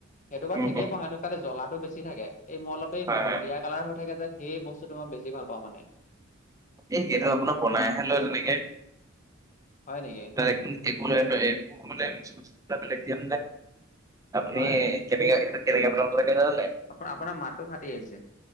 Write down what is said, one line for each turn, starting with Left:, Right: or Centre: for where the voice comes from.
Left: সেইটো বাৰু
Right: উম
Left: ঠিকেই
Right: উম
Left: বনাই সেইটো। খালি জ্বলাটো বেছি থাকে, এই মই অলপ এই
Right: হয়
Left: মটীয়া
Right: হয়
Left: কালাৰ হৈ থাকে যে। সেই বস্তুটো মই বেছি ভাল পাওঁ মানে।
Right: এই সেইটো আপোনাৰ বনাইহে লয়, তেনেকে।
Left: হয় নেকি?
Right: মানে একো নাই নহয়, একো মানে মচলা চচলা বেলেগ দিয়ে। আপুনি-
Left: হয়
Right: কেনেকে, সেইটো কেনেকে বনাব লাগে জানান নাই।
Left: আপোনাৰ, আপোনৰ মাততো ফাটি আহিছে।